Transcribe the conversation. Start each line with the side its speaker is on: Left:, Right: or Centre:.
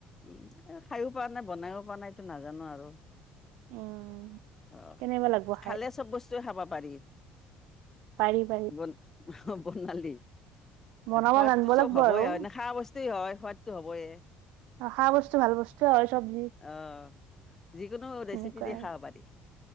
Left: উমঁ, খাইও পোৱা নাই, বনাইও পোৱা নাই, এইটো নাজানো আৰু।
Right: উম
Left: অহ',
Right: কেনেকুৱা লাগব
Left: খালে
Right: খাই
Left: চব বস্তু খাব পাৰি।
Right: পাৰি-পাৰি।
Left: বন অহ', -বৰ্নালী।
Right: বনাব
Left: সোৱাদটো
Right: জানিব
Left: চব
Right: লাগিব
Left: হ'বই
Right: আৰু
Left: আও, খোৱা বস্তুৱে হয় সোৱাদটো হ'বই।
Right: অ' খোৱা বস্তু ভাল বস্তুৱে হয়, চব্জি-
Left: অ', যিকোনো
Right: সেনেকুৱা
Left: ৰেচিপি দি
Right: আৰু
Left: খাব পাৰি।